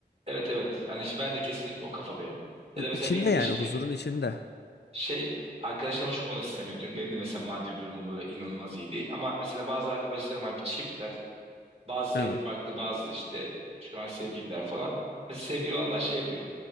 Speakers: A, on the right; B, on the left.
A: Evet evet. Hani şi- ben de kesinlikle o kafadayım. Ya
B: İ-
A: da mesela
B: İçinde
A: bir
B: yani
A: ilişki
B: huzurun içinde.
A: şey arkadaşlarıma şu konuda sistem ediyorum. Benim de mesela maddi durumum böyle inanılmaz iyi değil. Ama mesela bazı arkadaşlarım var bir çiftler. Bazı
B: Evet.
A: evli barklı bazı işte şu an sevgililer falan. Mesela sevgili olanlar şey diyor.